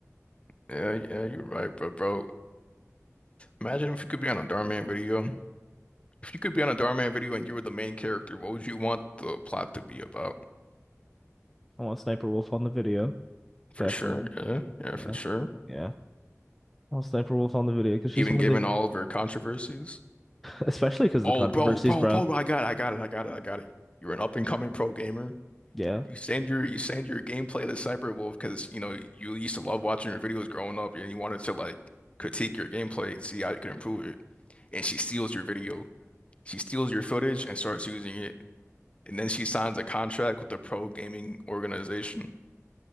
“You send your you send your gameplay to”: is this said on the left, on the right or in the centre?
Left